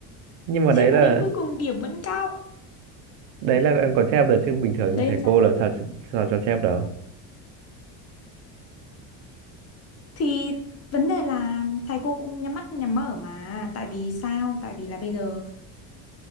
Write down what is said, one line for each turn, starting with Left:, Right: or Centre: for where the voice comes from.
Right: nhưng mà
Left: thế
Right: đấy là
Left: mà đến cuối cùng điểm vẫn cao
Right: đấy là em còn chép được chứ bình thường như
Left: đấy
Right: thầy
Left: em sao
Right: cô làm sao ch- sao cho chép đâu
Left: thì vấn đề là thầy cô cũng nhắm mắt nhắm mở mà tại vì sao tại vì là bây giờ